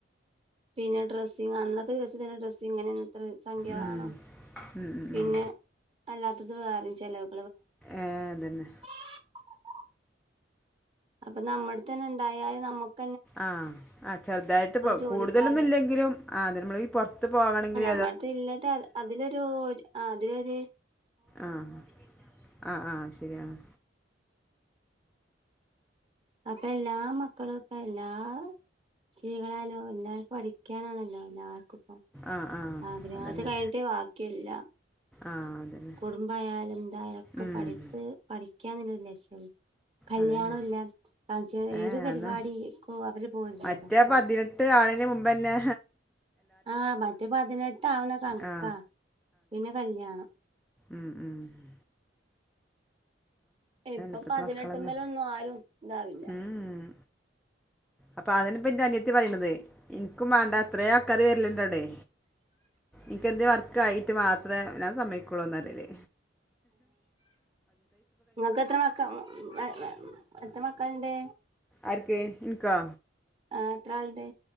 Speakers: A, on the right; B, in the centre.
A: പിന്നെ ഡ്രസ്സിങ് അന്നത്തെ ദിവസം തന്നെ ഡ്രസ്സിങ്ങനനെ അത്ര സംഖ്യവേണം
B: ഉം ഉം ഉം
A: പിന്നെ
B: ഉം
A: അല്ലാത്തത് വേറെചെലവ്
B: ഏഹ് അതന്നെ
A: <unintelligible> അപ്പ നമ്മട്തന്നെ ഇണ്ടായാല് നമ്മക്ക്
B: ആഹ് ആഹ് ചെറുതായിട്ട് പ്പൊ
A: ചോദിക്കാതെ
B: കൂടുതലൊന്നും ഇല്ലെങ്കിലും ആഹ് നമ്മള് പുറത്ത് പോകണങ്കില്
A: നമ്മത്തെല്ലട്ത് അതിലൊരു ആഹ് അതിലൊര്
B: ആഹ് ആഹ് ആഹ് ശരിയാണ്
A: അപ്പെ എല്ലാ മക്കളും പ്പ എല്ലാ സ്ത്രീകളായാലോ എല്ലാർക്കും പഠിക്കാനാണല്ലോ എല്ലാക്കും പ്പൊ
B: ആഹ് ആഹ്
A: ആഗ്രഹങ്ങളൊക്കെ
B: അതന്നെ
A: കഴിഞ്ഞിട്ടേ വാക്കിയെല്ലാ
B: ആഹ് അതന്നെ
A: കുടുംബയാലും എന്തായാലൊക്കെ
B: ഉം
A: പഠിപ്പ് പഠിക്കാനില്ലെ ലശ്യേ കല്യാണോല്ല
B: അതന്നെ
A: ഫങ്ഷൻ
B: ഏ
A: ഏത് പരിപാടിക്കോ
B: അന്ന്
A: അവര് പോരില്ലല്ലോ
B: മറ്റേ
A: ഇപ്പം
B: പതിനെട്ട് ആണീന്റെ മുമ്പ്ന്നെ
A: ആഹ് മറ്റേ പതിനെട്ട് ആവ്ണെ കണ്ക്കാ
B: ആ
A: പിന്നെ കല്യാണം
B: മ്മ് മ്മ്
A: ഇപ്പൊ
B: ഇപ്പത്തെ
A: പതിനെട്ട്
B: മക്കളൊന്നും
A: മ്മലൊന്നും ആരും ഇതാവില്ല
B: ഉം അപ്പൊ അതെന്ന്പ്പൊ ന്റെ അനിയത്തി പറീനത് വേണ്ട അത്ര ആൾക്കാർ വെര്ല്ല്ണ്ടവടെ ഇക്ക് എന്തെ വർക്കായി മാത്രമേ ഞാൻ സമ്മയിക്കൊള്ളൂന്ന് പറല്
A: ഇങ്ങക്ക് എത്ര മക്കൾ മെ എത്ര മക്കള്ണ്ട്
B: ആർക്ക്‌ ഇൻക്കോ
A: ആഹ് എത്ര ആള്ണ്ട്